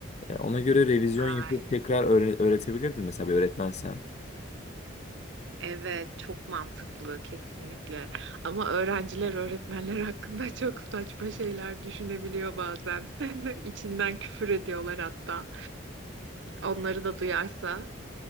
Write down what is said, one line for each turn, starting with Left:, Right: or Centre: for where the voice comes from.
Left: Ya ona göre revizyon
Right: Ay.
Left: yapıp tekrar öğre- öğretebilirdin mesela bir öğretmensen.
Right: Evet, çok mantıklı kesinlikle. Ama öğrenciler öğretmenler hakkında <laughs> çok saçma şeyler düşünebiliyor bazen. <laughs> İçinden küfür ediyorlar hatta. Onları da duyarsa,